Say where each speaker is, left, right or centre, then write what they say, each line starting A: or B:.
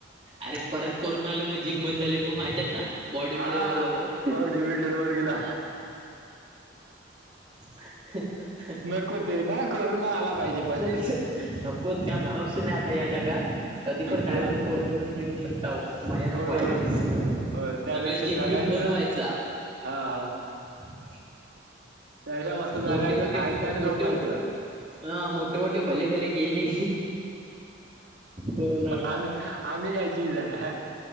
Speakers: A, on the right (about 30°); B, on the right (about 70°).
A: अरे परत कोरोना आला म जिम बंद झाले, म माहीतीयेत ना? बॉडी
B: हा,
A: बिल्डर वर जातात
B: बॉडी बिल्डर वर गेला.
A: <unintelligible> स
B: नको ते ना कोरोना आला पाहिजे
A: नकोच
B: पण
A: नकोच काय भरोसा नाही आता या जगात. कधी पण काय
B: होय
A: पण
B: होय
A: कोरोना बिरोना येऊ शकता भयानक व्हायरल
B: होय
A: सगळं
B: होय त्यापेक्षा
A: जिम
B: जगायचं
A: बिम बंद व्हायचा.
B: हा हा.
A: <inaudible>
B: त्यापेक्षा मस्त जगायचं
A: मोठे मोठे
B: खायचं आणि
A: मोठऊ
B: झोपायचं
A: हा मोठे मोठे भले भले गेले कोरोना काळात
B: आम्ही आम्ही काय चीज हाय.